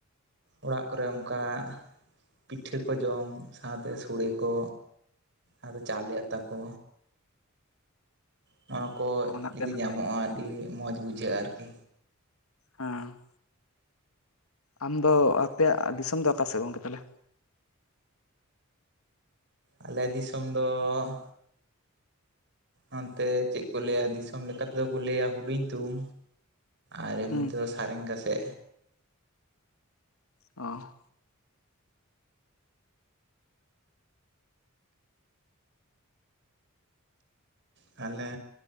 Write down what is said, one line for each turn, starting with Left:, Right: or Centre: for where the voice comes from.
Right: ᱚᱲᱟᱜ ᱠᱚᱨᱮ ᱚᱱᱠᱟ ᱯᱤᱴᱷᱟᱹ ᱠᱚ ᱡᱚᱢ ᱥᱟᱶᱛᱮ ᱥᱚᱲᱮ ᱠᱚ ᱟᱨ ᱪᱟᱣᱞᱮ ᱟᱛᱟ ᱠᱚ᱾ ᱱᱚᱣᱟ ᱠᱚ
Left: ᱚᱱᱟ
Right: ᱡᱩᱫᱤ
Left: ᱜᱮ ᱱᱟᱯᱟᱭ
Right: ᱧᱟᱢᱚᱜᱼᱟ, ᱟᱹᱰᱤ ᱢᱚᱡᱽ ᱵᱩᱡᱷᱟᱹᱜᱼᱟ ᱟᱨᱠᱤ᱾
Left: ᱦᱮᱸ᱾ ᱟᱢᱫᱚ ᱟᱯᱮᱭᱟᱜ ᱫᱤᱥᱚᱢ ᱫᱚ ᱚᱠᱟ ᱥᱮᱫ ᱜᱚᱝᱠᱮ ᱛᱟᱦᱞᱮ᱾
Right: ᱟᱞᱮ ᱫᱤᱥᱚᱢ ᱫᱚᱦ᱾ ᱦᱚᱱᱛᱮ ᱪᱮᱫ ᱠᱚ ᱞᱟᱹᱭᱟ ᱫᱤᱥᱚᱢ ᱞᱮᱠᱟᱛᱮᱫᱚ ᱠᱚ ᱞᱟᱹᱭᱟ ᱦᱩᱰᱤᱧ ᱛᱩᱢ ᱟᱨ ᱮᱢᱱᱤ
Left: ᱦᱩᱸ
Right: ᱛᱚᱫᱚ ᱥᱟᱨᱮᱝᱜᱟ ᱥᱮ
Left: ᱚᱦ᱾
Right: ᱛᱟᱦᱞᱮ,